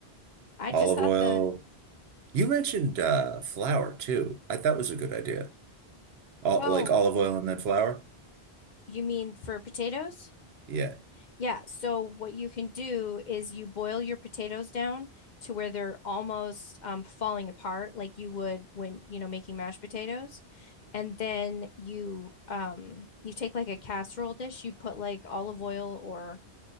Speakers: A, on the left; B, on the right.
A: I
B: Olive
A: just thought
B: oil.
A: the,
B: You mentioned uh, flour too. I thought was a good idea. All,
A: oh,
B: like olive oil and then flour?
A: you mean for potatoes?
B: Yeah,
A: Yeah, so what you can do is you boil your potatoes down to where they're almost um, falling apart, like you would when, you know, making mashed potatoes. And then you um you take like a casserole dish, you put like olive oil or,